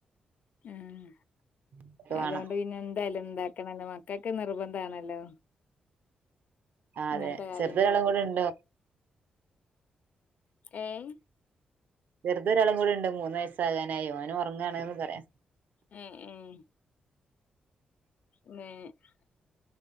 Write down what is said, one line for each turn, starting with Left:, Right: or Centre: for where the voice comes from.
Left: ആഹ്
Right: നാലിലൊക്കെ വേണം
Left: അതോണ്ട് പിന്നെന്തായാലും ഇണ്ടാക്കണല്ലോ മക്കക്ക് നിർബന്ധാണല്ലോ
Right: ആഹ്
Left: ഇങ്ങൻത്തെ
Right: അതെ
Left: കാര്യങ്ങളൊക്കെ
Right: ചെറുത് ഒരാളും കൂടെ ഉണ്ട്
Left: ഏഹ്
Right: ചെറുതൊരാളും കൂടെണ്ട് മൂന്നയസ്സകാനായി ഓന് ഒറങ്ങാണ്ന്ന് പറയാ.
Left: ഉം ഉം <unintelligible>